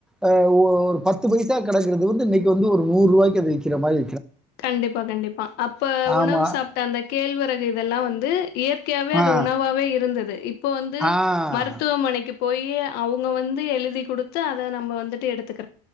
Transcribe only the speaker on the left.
கண்டிப்பா கண்டிப்பா அப்ப
உணவு சாப்ட்ட அந்த கேழ்வரகு வெல்லா வந்து இயற்கையாவே அது
உணவாவே இருந்தது இப்போ வந்து
மருத்துவமனைக்குப் போய் அவங்க வந்து எழுதி கொடுத்து அதை நம்ம வந்துட்டு எடுத்துக்க